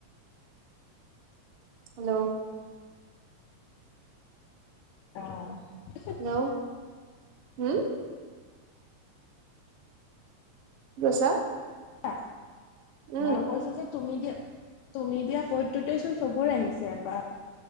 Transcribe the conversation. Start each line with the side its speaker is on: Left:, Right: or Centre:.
Right: হেল্ল'।
Left: অ'।
Right: হেল্ল', হুম। কি কৈছা?
Left: আ
Right: উম
Left: মই কৈছোঁ যে তুমি যে তুমি দিয়া কডটোতে চোন চবৰে আহিছে এবা